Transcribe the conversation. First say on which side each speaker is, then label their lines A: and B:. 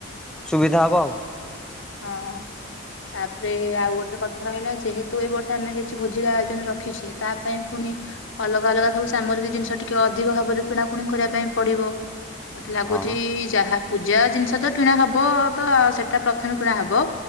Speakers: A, in the centre; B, on the left.
A: ସୁବିଧା ହବ ଆଉ।
B: ହଁ ତାପରେ ଆଉ ଗୋଟେ କଥା ରହିଲା ଯେହେତୁ ଏଇ ବର୍ଷ ଆମେ କିଛି ଭୋଜିିକା ଆୟୋଜନ ରଖିଛେ ତା ପାଇଁ ପୁଣି ଅଲଗା ଅଲଗା ସବୁ ସାମରିକ ଜିନିଷ ଟିକେ ଅଧିକ ଭାବରେ କିଣାକଣି କରିବା ପାଇଁ ପଡିବ। ମତେ ଲାଗୁଛି
A: ହଁ।
B: ଯାହା ପୂଜା ଜିନିଷ ତ କିଣା ହବ ତ ସେଇଟା ପ୍ର କିଣା କିଣି ହବ।